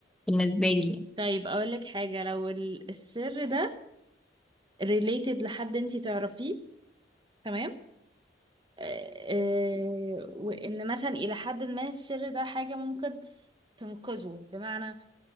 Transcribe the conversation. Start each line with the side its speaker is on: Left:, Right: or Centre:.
Centre: بالنسبه لي يعني.
Right: طيب اقولك حاجة لو ال- السر ده related لحد انتي تعرفيه تمام آه، آه، وان مثلا الى حد ما السر ده حاجة ممكن تنقذه بمعنى